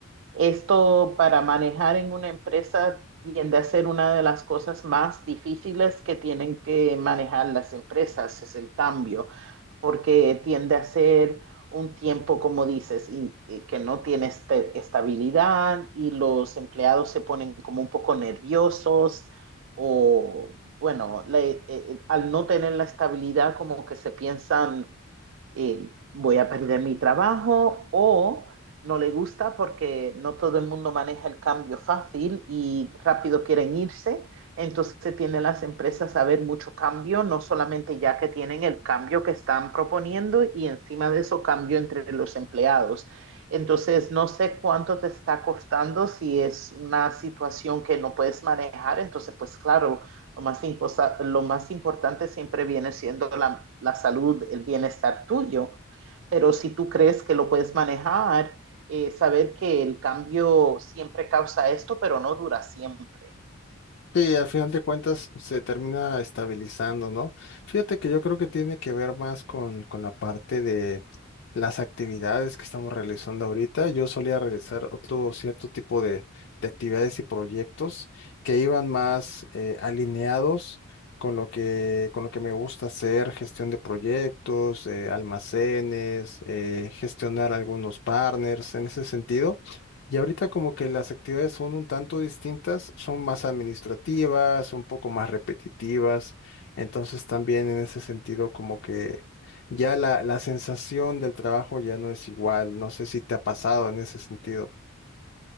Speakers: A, on the right (about 60°); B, on the left (about 60°).
A: esto para manejar en una empresa tiende a ser una de las cosas más difíciles que tienen que manejar las empresas, es el cambio, porque tiende a ser un tiempo, como dices, y, y que no tiene este- estabilidad y los empleados se ponen como un poco nerviosos o, bueno, le- eh, eh, al no tener la estabilidad como que se piensan eh, voy a perder mi trabajo o no le gusta porque no todo el mundo maneja el cambio fácil y rápido quieren irse. Entonces tienen las empresas a ver mucho cambio, no solamente ya que tienen el cambio que están proponiendo y encima de eso cambio entre los empleados. Entonces, no sé cuánto te está costando si es una situación que no puedes manejar. Entonces, pues claro, lo más, imposa, lo más importante siempre viene siendo la, la, salud, el bienestar tuyo, pero si tú crees que lo puedes manejar, eh, saber que el cambio siempre causa esto, pero no dura siempre.
B: Sí, al final de cuentas se termina estabilizando, ¿no? Fíjate que yo creo que tiene que ver más con, con la parte de las actividades que estamos realizando ahorita. Yo solía realizar otro cierto tipo de, de actividades y proyectos que iban más eh, alineados con lo que, con lo que me gusta hacer, gestión de proyectos, eh, almacenes, eh, gestionar algunos partners en ese sentido. Y ahorita como que las actividades son un tanto distintas, son más administrativas, un poco más repetitivas, entonces también en ese sentido como que ya la, la sensación del trabajo ya no es igual, no sé si te ha pasado en ese sentido.